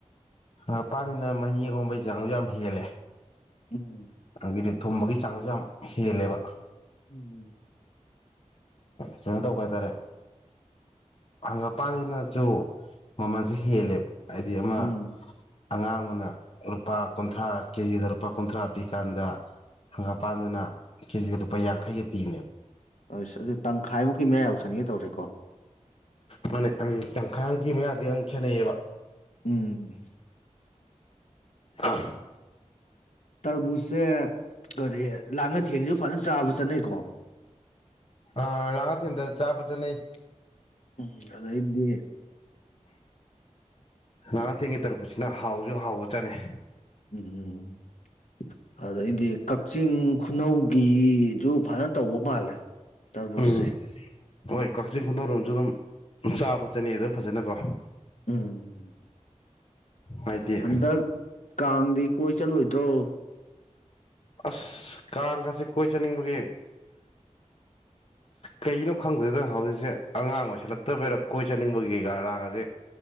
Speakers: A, on the left (about 50°); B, on the left (about 70°).
A: ꯃꯄꯥꯟꯁꯤꯅ ꯃꯍꯤ ꯑꯍꯣꯡꯕꯒꯤ ꯆꯥꯡꯁꯨ ꯌꯥꯝ ꯍꯦꯜꯂꯦ
B: ꯎꯝ
A: ꯑꯗꯒꯤꯗꯤ ꯊꯨꯝꯕꯒꯤ ꯆꯥꯡꯁꯨ ꯌꯥꯝ ꯍꯦꯜꯂꯦꯕ
B: ꯎꯝ
A: ꯀꯩꯅꯣ ꯇꯧꯕ ꯍꯥꯏꯇꯥꯔꯦ ꯍꯪꯒꯄꯥꯟ ꯁꯤꯅꯁꯨ ꯃꯃꯜꯁꯨꯦ ꯍꯦꯜꯂꯦꯕ ꯍꯥꯏꯗꯤ ꯑꯃ
B: ꯎꯝ
A: ꯑꯉꯥꯡꯕꯅ ꯂꯨꯄꯥ ꯀꯨꯟꯊ꯭ꯔꯥ ꯀꯦꯖꯤꯗ ꯂꯨꯄꯥ ꯀꯨꯟꯊ꯭ꯔꯥ ꯄꯤꯀꯥꯟꯗ ꯍꯪꯒꯥꯄꯥꯟꯗꯨꯅ ꯀꯦꯖꯤꯗ ꯂꯨꯄꯥ ꯌꯥꯡꯈꯩꯒ ꯄꯤꯕꯅꯦꯕꯥ
B: ꯑꯁ ꯑꯗꯨꯗꯤ ꯇꯪꯈꯥꯏꯃꯨꯛꯀꯤ ꯃꯌꯥ ꯌꯧꯁꯟꯒꯦ ꯇꯧꯔꯦꯀꯣ
A: ꯃꯥꯅꯦ ꯇꯪꯈꯥꯏꯃꯨꯛꯀꯤ ꯃꯌꯥꯗꯤ ꯑꯗꯨꯝ ꯈꯦꯠꯅꯩꯌꯦꯕ
B: ꯎꯝ
A: ꯑꯍꯝ
B: ꯇ꯭ꯔꯕꯨꯁꯁꯦ ꯀꯔꯤ ꯂꯥꯡꯉꯥꯊꯦꯜ ꯒꯤꯁꯨ ꯐꯖꯅ ꯆꯥꯕ ꯆꯠꯅꯩꯀꯣ
A: ꯑꯥ ꯂꯥꯡꯉꯥꯊꯦꯜꯗ ꯆꯥꯕ ꯆꯠꯅꯩ
B: ꯎꯝ ꯑꯗꯩꯩꯗꯤ
A: ꯂꯥꯉꯥꯊꯦꯜꯒꯤ ꯇ꯭ꯔꯕꯨꯁꯁꯤꯅ ꯍꯥꯎꯁꯨ ꯍꯥꯎꯕ ꯆꯥꯠꯅꯩ
B: ꯎꯝ ꯎꯝ ꯑꯗꯩꯗꯤ ꯀꯛꯆꯤꯡ ꯈꯨꯅꯧꯒꯤ ꯑꯗꯨ ꯐꯖꯅꯥ ꯇꯧꯕ ꯃꯥꯜꯂꯦ ꯇꯔꯕꯨꯁꯁꯦ
A: ꯎꯝ ꯍꯣꯏ ꯀꯛꯆꯤꯡ ꯈꯨꯅꯧꯔꯣꯝꯁꯨ ꯑꯗꯨꯝ ꯆꯥꯕ ꯆꯠꯅꯩ ꯑꯗꯨꯝ ꯐꯖꯅꯀꯣ
B: ꯎꯝ
A: ꯍꯥꯏꯗꯤ
B: ꯍꯟꯗꯛ ꯀꯥꯡꯗꯤ ꯀꯣꯏ ꯆꯠꯂꯣꯏꯗ꯭ꯔꯣ
A: ꯑꯁ ꯀꯥꯡꯀꯥꯁꯦ ꯀꯣꯏ ꯆꯠꯅꯤꯡꯕꯒꯤ
B: <inaudible>
A: ꯀꯩꯒꯤꯅꯣ ꯈꯪꯗꯦꯗ ꯍꯧꯖꯤꯛꯁꯦ ꯑꯉꯥꯡ ꯑꯣꯏꯁꯜꯂꯛꯇꯕꯩꯔꯥ ꯀꯣꯏ ꯆꯠꯅꯤꯡꯕꯒꯤꯒ ꯔꯥꯒꯁꯦ